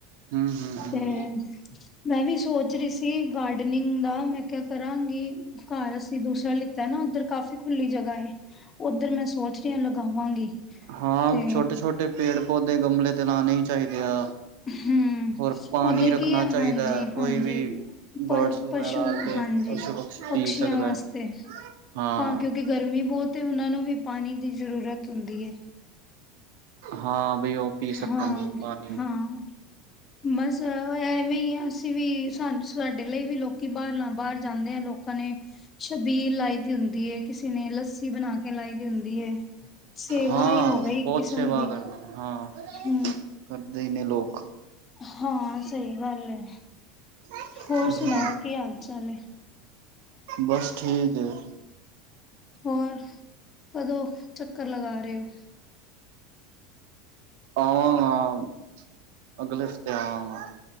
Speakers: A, on the right (about 65°); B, on the left (about 20°).
A: ਹਮ ਹਮ
B: ਤੇ <unintelligible> ਮੈਂ ਵੀ ਸੋਚ ਰੀ ਸੀ, ਗਾਡਨਿੰਗ ਦਾ ਮੈਂ ਕਿਆ ਕਰਾਂਗੀ ਘਰ ਅਸੀਂ ਦੂਸਰਾ ਲਿੱਤਾ ਐ ਨਾ, ਉੱਧਰ ਕਾਫ਼ੀ ਖੁੱਲੀ ਜਗ੍ਹਾ ਏ, ਉੱਧਰ ਮੈਂ ਸੋਚ ਰੀ ਆ ਲਗਾਵਾਂਗੀ
A: ਹਾਂ,
B: ਤੇ
A: ਛੋਟੇ -ਛੋਟੇ, ਪੇੜ-ਪੌਧੇ, ਗਮਲੇ ਤੇ ਲਾਉਣੇ ਹੀ ਚਾਈਦੇ ਆ
B: ਹੂ,
A: ਹੋਰ ਪਾਣੀ
B: ਉਧਰ
A: ਰੱਖਣਾ
B: ਕੀ ਆ,
A: ਚਾਹੀਦਾ
B: ਹਾਂਜੀ,
A: ਹੈ ਕੋਈ
B: ਹਾਂਜੀ
A: ਵੀ ਬਰਡਸ
B: ਪ-ਪਸ਼ੂ,
A: ਵਗੈਰਾ ਆ ਕੇ
B: ਹਾਂਜੀ,
A: ਪਸ਼ੂ ਪਕਸ਼ ਪੀ
B: ਪਕਸ਼ੀਆਂ
A: ਸਕਦਾ
B: ਵਾਸਤੇ,
A: ਹੈ। ਹਾਂ
B: ਤਾਂ ਕਿਉਂਕਿ ਗਰਮੀ ਬਹੁਤ ਐ ਉਨਾਂ ਨੂੰ ਵੀ ਪਾਣੀ ਦੀ ਜ਼ਰੂਰਤ ਹੁੰਦੀ ਹੈ
A: ਹਾਂ, ਬੀ ਓ ਪੀ ਸਕਣਗੇ
B: ਹਾਂ
A: ਪਾਨੀ
B: ਹਾਂ ਬਸ ਓ, ਐਵੇੈਂ ਈ ਐ ਅਸੀਂ ਵੀ ਸਾ, ਸ ਸਾਡੇ ਲਈ ਵੀ ਲੋਕੀ ਬਾਹਰ ਜਾਂਦੇ ਆ ਲੋਕਾ ਨੇ ਛਬੀਲ ਲਾਈ ਦੀ ਹੁੰਦੀ ਏ, ਕਿਸੇ ਨੇ ਲੱਸੀ ਬਣਾ ਕੇ ਲਾਈ ਦੀ ਹੁੰਦੀ ਏ ਸੇਵਾ
A: ਹਾਂ
B: ਈ ਹੋਗੀ, ਇਕ
A: ਬਹੁਤ
B: ਕਿਸਮ
A: ਸੇਵਾ
B: ਦੀ
A: ਕਰਦੇ ਹਾਂ
B: ਹੂ
A: ਕਰਦੇ ਈ ਨੇ ਲੋਕ
B: ਹਾਂ ਸਹੀ ਗੱਲ ਹੈ
A: ਹਾਂ
B: ਹੋਰ ਸੁਣਾਓ ਕੀ ਹਾਲ ਚਾਲ ਹੈ
A: ਬਸ ਠੀਕ ਐ
B: ਹੋਰ ਕਦੋਂ ਚੱਕਰ ਲਗਾ ਰਹੇ ਹੋ
A: ਆਵਾਂਗਾ ਅਗਲੇ ਹਫ਼ਤੇ ਆਵਾਂਗਾ